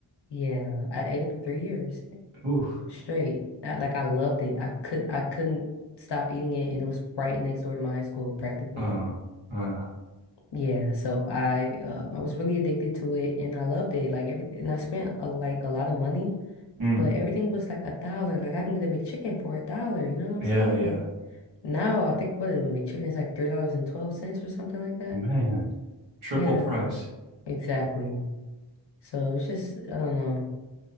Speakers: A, on the left; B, on the right.
A: Yeah, I ate it for three years.
B: Ooh.
A: straight. I, like I loved it. I could I couldn't stop eating it, and it was right next door to my high school practically.
B: Uh, uh,
A: Yeah, so I um, I was really addicted to it, and I loved it. Like everything, and I spent a, like a lot of money,
B: mm.
A: but everything was like a dollar. Like I can get a McChicken for a dollar. You know what I'm
B: Yeah,
A: saying?
B: yeah.
A: Like now, I think what a McChicken is like three dollars and twelve cents or something like that.
B: Man. Triple
A: Yeah,
B: price.
A: exactly. So it's just I don't know.